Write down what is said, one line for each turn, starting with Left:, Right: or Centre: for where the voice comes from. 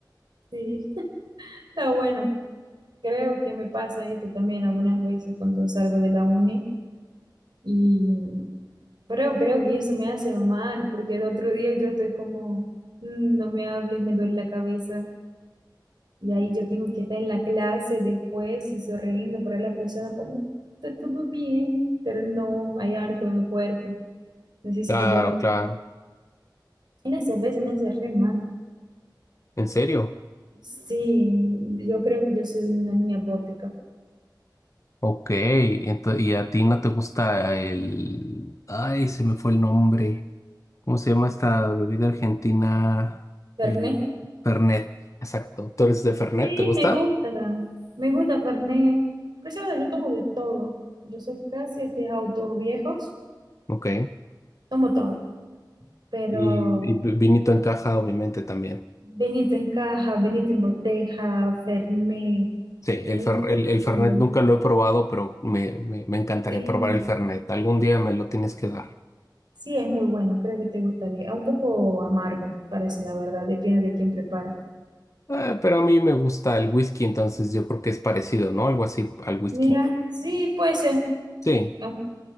Right: sí. Está bueno. Creo que me pasa esto también algunas veces cuando salgo de la uni y pero creo que eso me hace mal porque el otro día yo estoy como, "Mm, no me hables, me duele la cabeza y ahí yo tengo que estar en la clase después y sonriendo para las personas como, está todo bien, pero no, hay algo en mi cuerpo, necesito
Left: Claro,
Right: dormir.
Left: claro.
Right: Y la cerveza me hace re mal.
Left: ¿En serio?
Right: Sí, yo creo que yo soy una niña bótica.
Left: Ok, entonces y a ti no te gusta el... Ay, se me fue el nombre. ¿Cómo se llama esta bebida argentina?
Right: ¿Terné?
Left: El Fernet. Exacto. ¿Tú eres de Fernet?
Right: Sí,
Left: ¿Te gusta?
Right: me gusta, me gusta Fernet. Por eso bueno, yo tomo de todo. Yo soy casi este autos viejos,
Left: Ok.
Right: tomo todo. Pero
Left: Y, y vi- vinito en caja, obviamente, también.
Right: Benito en caja, Benito en boteja, Fernet,
Left: Sí,
Right: whisky,
Left: el, fer- el, el
Right: sí,
Left: Fernet nunca lo he probado, pero me, me, me encantaría
Right: sí
Left: probar el Fernet. Algún día me lo tienes que dar.
Right: sí es muy bueno, creo que te gustaría. Es un poco amargo, para decir la verdad, depende de quién prepara.
Left: Eh, pero a mí me gusta el whisky, entonces yo creo que es parecido, ¿no? Algo así al whisky.
Right: Mira, sí, puede ser,
Left: Sí,
Right: es un